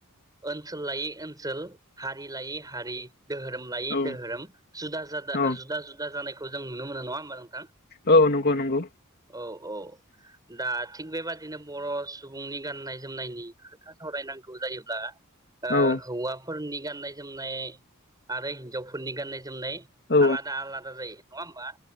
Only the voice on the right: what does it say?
ओनसोल लायै ओनसोल हारि लायै हारि दोहोरोम लाय
दोहोरोम जुदा जादा
जुदा जुदा जानाय खौ जों नुनो मोन नङा होमबा नोंथां ।
औ औ दा थिग बेबादिनो बर' सुबुंनि गाननाय जोमनायनि खोथा सावरायनांगौ जायोब्ला ओ
हौवाफोरनि गाननाय जोमनाय आरो हिनजावफोरनि गाननाय जोमनाय
आलादा आलादा जायो । नङा होनबा ।